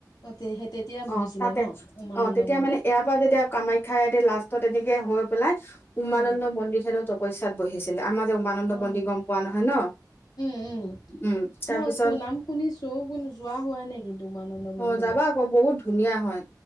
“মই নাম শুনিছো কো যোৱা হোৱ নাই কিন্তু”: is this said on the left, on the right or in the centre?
Left